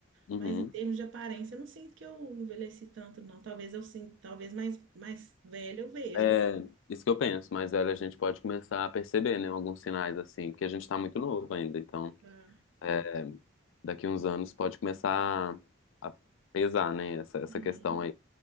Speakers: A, on the left; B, on the right.
A: uhum,
B: mas em termos de aparência, eu não sinto que eu envelheci tanto, não. Talvez eu sinta, talvez mais, mais velha eu veja,
A: é
B: né?
A: isso que eu penso. Mas velho, a gente pode começar a perceber, né? Alguns sinais assim, porque a gente tá muito novo ainda, então.
B: Ah,
A: é, daqui uns anos pode começar a, a pesar, né? Essa, essa
B: uhum,
A: questão aí.